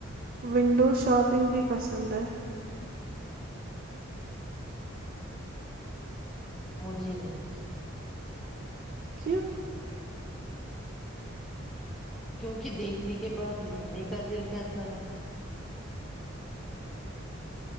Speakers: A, on the right; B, in the centre.
A: ونڈو شاپنگ بھی پسند ہے
B: مجھے نہیں
A: کی
B: کیونکہ دیکھنے کے بعد لینے کا دل کرتا ہے